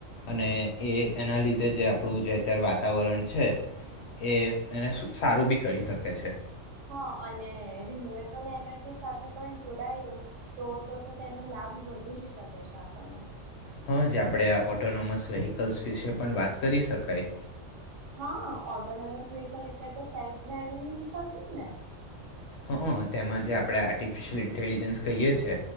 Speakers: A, on the left; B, on the right.
A: અને એ એના લીધે જે આપણું જે અત્યારે વાતાવરણ છે એ એને સારું બી કરી શકે છે
B: હ અને રિન્યુએબલ એનર્જી સાથે પણ જોડાયું તો તો તો તેનો લાભ વધુ જ શકે છે આપણને
A: હં જ આપણે આ ઓઑટોનોમસ વ્હીકલ્સ વિશે પણ વાત કરી શકાય
B: હ ઓટોનોમસ વ્હકલ એટલે તો સેલ્ફ ડ્રાઈવિંગ વ્હકલસ જ ને
A: હઅ તેમાં જે આપણે આર્ટિફિશયલ ઇન્ટેલિજન્સ કહીએ છ છે